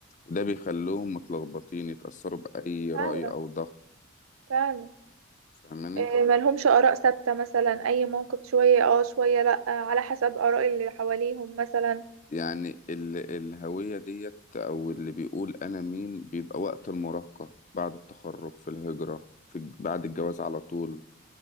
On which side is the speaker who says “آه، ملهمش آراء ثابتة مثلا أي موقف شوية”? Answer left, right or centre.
Right